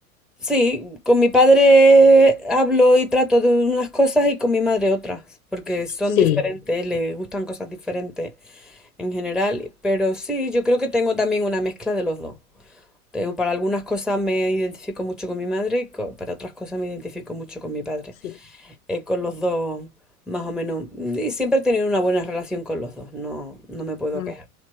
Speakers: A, in the centre; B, on the left (about 65°).
A: Sí, con mi padre hablo y trato de unas cosas y con mi madre otras, porque son
B: Sí,
A: diferentes, le gustan cosas diferentes en general, pero sí, yo creo que tengo también una mezcla de los dos. Tengo, para algunas cosas me identifico mucho con mi madre y co- para otras cosas me identifico mucho con mi padre.
B: sí.
A: Eh, con los dos, más o menos. Y siempre he tenido una buena relación con los dos, no, no me puedo
B: Mm.
A: quejar.